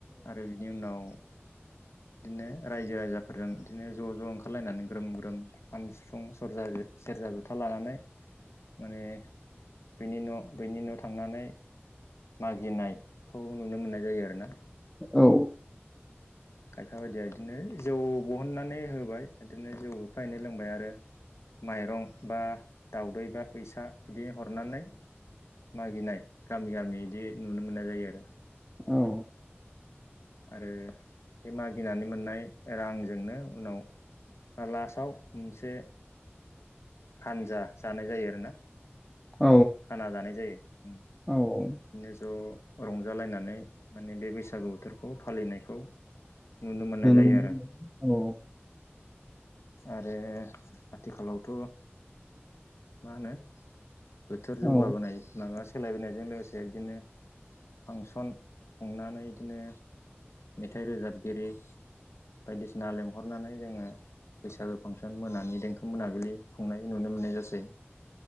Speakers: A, on the left; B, in the centre.
A: आरो बिनि उनाव
B: <inaudible> <unintelligible>
A: इदिनो रायजो राजाफोरजों इदिनो ज ज ओंखारलायनानै ग्रोम ग्रोम खाम सिफुं सरजा जे गिर्जा जथा लानानै माने बेनि न बनि न थांनानै मागिनायखौ नुनो मोननाय जायो आरो ना
B: औ
A: खायफा बायदिया बिदिनो जौ बहननानै होबाय बिदिनो जौ एफा एनैनो लोंबाय आरो
B: <inaudible> <unintelligible>
A: माइरं बा दाउदै बा फैसा बिदि हरनानै मागिनाय गामि गामि बिदि नुनो मोननाय जायो आरो
B: औ
A: आरो बे मागिनानै मोननाय रांजोंनो उनाव आ लास्टाव मोनसे हानजा जानाय जायो आरोना
B: औ
A: खाना जानाय जायो ओ
B: औ औ
A: बिदिनो ज रंजालायनानै माने बे बैसागु बोथोरखौ फालिनायखौ नुनो मोननाय जायो
B: मोनो
A: आरो
B: औ
A: आरो आथिखालावथ मा होनो बोथोर जौगाबोनाय
B: औ
A: माबा सोलायबोनायजों लोगोसे बिदिनो फांसन खुंनानै बिदिनो मिथाइ रोजाबगिरि बायदिसिना लेंंहरनानै जोङो बैसागो फांसन मोनानि देंखो मोनाबिलि खुंनाय नुनो मोननाय जासै नङा